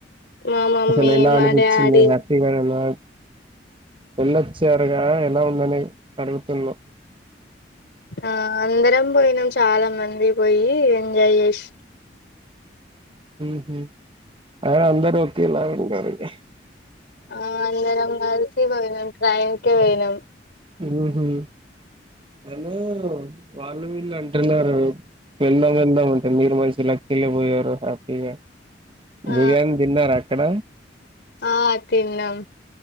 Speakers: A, on the left; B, on the right.
A: మా మమ్మీ
B: అసలు ఎలా
A: మా
B: అనిపించింది
A: డాడీ
B: హ్యాపీగానా ఉన్నా వెళ్లొచ్చారుగా ఎలా ఉందనీ అడుగుతున్నావు
A: ఆ అందరంపోయినం చాలా మంది పోయి ఎంజాయ్ చేసి
B: ఉ హు అ అందరు ఒకెలాగ ఇంక రండి
A: ఆ అందరం కలిసి పోయినం ట్రైన్ కి ఉకే పోయినం
B: ఉ హు హలో వాళ్ళు వీళ్ళు అంటు ర్ న్నారు అ వెళ్దాం వెళ్దాం అంటే మీరు నువ్వు అయితే లక్కీ గా పోయావూర హ్యాపీ గా
A: ఆ
B: బిర్యానీ తిన్నార అక్కడ
A: ఆ తిన్నాం